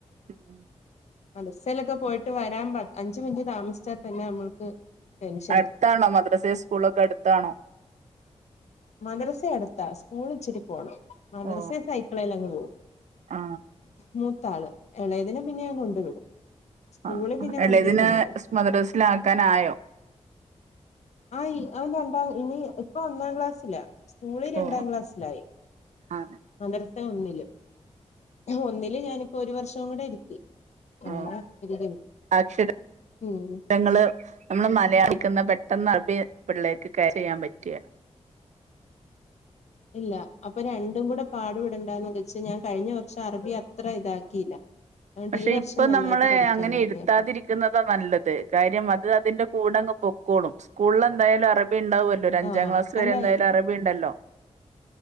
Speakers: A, on the right; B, on the left.
A: ഉം
B: മദർസയിലൊക്കെ പോയിട്ട് വരാൻ പ അഞ്ചു മിനിറ്റ് താമസിച്ചാൽ തന്നെ നമ്മൾക്ക് ടെൻഷന്
A: അടുത്താണോ മദ്രസേം സ്കൂളൊക്കെ അടുത്താണോ
B: മദ്രസ അടുത്താ സ്കൂൾ ഇച്ചിരി പോണം മദ്രസെ
A: ഓ
B: സൈക്കിളെ അങ്ങ് പോകും
A: ആ
B: മൂത്ത ആള് ഇളയതിനെ പിന്നെ ഞാൻ കൊണ്ടു വിടും സ്കൂള്
A: ആ
B: പിന്നെ
A: എളയതിനെ
B: വണ്ടിയിലങ്ങ് പോം
A: മദ്രസിലാക്കാനായോ
B: ആ അവൻരണ്ടാ- ഇനി ഇപ്പൊ ഒന്നാം ക്ലാസ് ഇല്ല സ്കൂളിൽ രണ്ടാം
A: ഓ
B: ക്ലാസ്സിലായി
A: ആ
B: മദരസേൽ ഒന്നില് ഒന്നില് ഞാനിപ്പോ ഒരു വർഷവും കൂടെ ഇരുത്തി അങ്ങനെ
A: ഓ
B: ഇരിക്കുന്നു
A: അക്ഷരങ്ങള്
B: ഉം
A: നമ്മള് മലയാളിക്കുന്ന പെ പെട്ടെന്ന് അറബി പിള്ളേക്ക് ക്യാച്ച് ചെയ്യാൻ പറ്റകേല
B: ഇല്ല അപ്പൊ രണ്ടും കൂടെ പാടുപെടണ്ടാന്ന് വെച്ച് ഞാൻ കഴിഞ്ഞ വർഷം അറബി അത്ര ഇതാക്കിയില്ല അതുകൊണ്ട്
A: പക്ഷെ
B: ഈ വർഷം
A: ഇപ്പൊ
B: നന്നായിട്ട്
A: നമ്മളെ
B: പഠിക്കാന്ന്
A: അങ്ങനെ
B: കരുതി
A: ഇരുത്താതിരിക്കുന്നതാ
B: അപ്പൊ
A: നല്ലത് കാര്യം അത് അതിന്റെ കൂടങ്ങ് പൊക്കോളും സ്കൂളിൽ എന്തായാലും അറ- അറബി ഇണ്ടാവുമല്ലോ ഒരഞ്ചാം
B: ആഹ്
A: ക്ലാസവരെന്തായാലും
B: അല്ല
A: അറബി ഇണ്ടല്ലോ